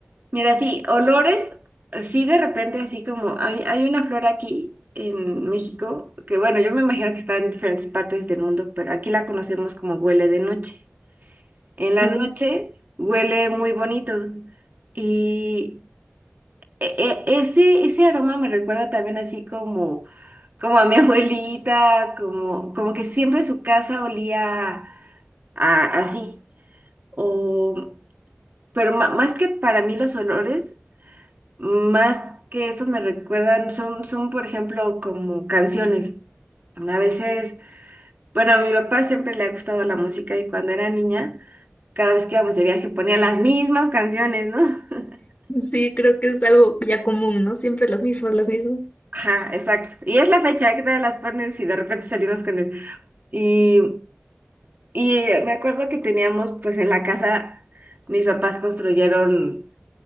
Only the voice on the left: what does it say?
Ah.
Sí, creo que es algo ya común, ¿no? Siempre las mismas, las mismas.